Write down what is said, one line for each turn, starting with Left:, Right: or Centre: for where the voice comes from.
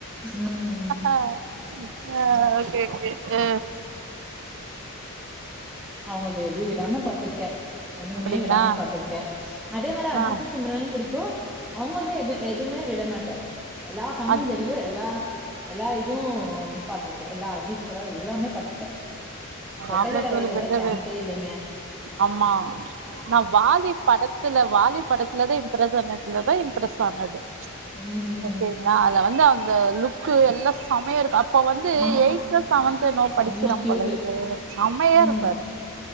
Centre: ம்
Right: அ ஓகே ஓகே அ
Centre: அவுங்கள்து எது வெ விடாம பாத்துருக்கே ஒண்ணுமே
Right: அப்டிங்களா
Centre: விடாம பாத்துருக்கே அதே மாரி அஜித்து
Right: ஆ
Centre: சிம்ரன்னு புடிக்கு அவுங்கள்து எது எதுவ்மே விடமாட்ட எல்லா சாங்கு
Right: அஜித்
Centre: தெரியு எல்லா எல்லா இதுவு பாத்ருக்க எல்லா அஜித் படோ எல்லாமே பாத்ருக்க ரெட்ட
Right: ஆமா
Centre: ஜட
Right: தோழி
Centre: வைத்துலா
Right: விடவே
Centre: சான்ஸே இல்லேங்க
Right: ஆமா நா வாலி படத்துல வாலி படத்துலதா இம்ப்ரஸ் பண்ணதுலதா இம்ப்ரஸ் ஆனது
Centre: ம்
Right: ஓகேங்ளா அத்ல வந் ந்து அந்த லுக்கு எல்லா செமையா இருக்கு அ இப்ப வந்து
Centre: ஆமா
Right: எயித்து செவன்த்து இன்னாவோ
Centre: செம்ம
Right: படிக்கிறா
Centre: கியூட்டு
Right: போல இது செம்மயாருப்பாரு
Centre: ம்